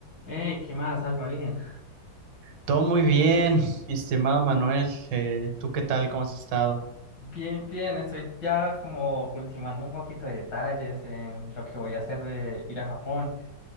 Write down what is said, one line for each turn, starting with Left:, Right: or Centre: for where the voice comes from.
Left: Hey, ¿qué más, Alma? Bien.
Right: Todo muy bien, mi estimado Manuel. Eh, ¿tú qué tal? ¿Cómo has estado?
Left: Bien, bien, estoy ya como ultimando un poquito de detalles en lo que voy a hacer de ir a Japón.